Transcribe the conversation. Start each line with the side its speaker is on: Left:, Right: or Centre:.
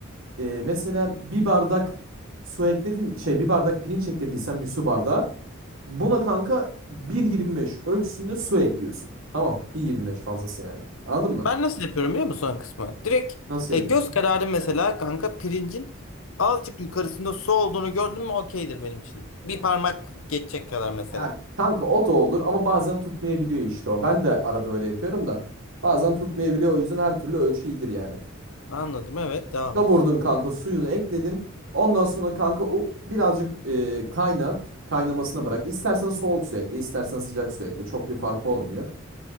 Right: e, mesela bir bardak su ekledin. Şey bir bardak pirinç eklediysen bir su bardağı. Buna kanka 1.25 ölçüsünde su ekliyorsun. Tamam 1.25 fazlası yani. Anladın mı?
Left: Ben nasıl yapıyorum biliyor musun son kısmı? Direkt
Right: Nasıl
Left: e,
Right: yapıyorsun?
Left: göz kararı mesela kanka pirincin azıcık yukarısında su olduğunu gördün mü okeydir benim için. Bir parmak geçecek kadar mesela.
Right: Ya kanka o da olur ama bazen tutmayabiliyor işte o. Ben de arada öyle yapıyorum da. Bazen tutmayabiliyor o yüzden her türlü ölçü iyidir yani.
Left: Anladım. Evet, devam
Right: Kavurdun
Left: et.
Right: kanka suyunu ekledin. Ondan sonra kanka o birazcık e, kaynat. Kaynamasına bırak. İstersen soğuk su ekle, istersen sıcak su ekle. Çok bir farkı olmuyor.